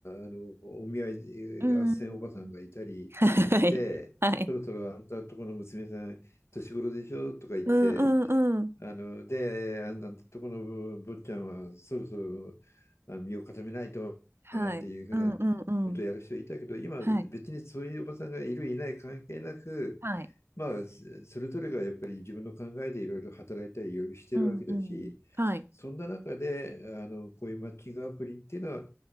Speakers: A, on the left (about 55°); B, on the right (about 50°).
A: あのお見合い
B: うん。
A: 斡旋おばさんがいたりして、
B: はい。はい。
A: そろそろあんたとこの娘さん年頃でしょとか言って
B: うんうんうん。
A: あので、あのとこの坊ちゃんはそろそろあの身を固めないとなんていうふうな
B: はい。うんうんうん。
A: ことをやる人いたけど、今別にそういうおばさんがいるいない関係なく、
B: はい。はい。
A: まあ、それぞれがやっぱり自分の考えでいろいろ働いたりいろいろしてるわけだし、
B: うんうん。はい。
A: そんな中であのこういうマッチングアプリっていうのは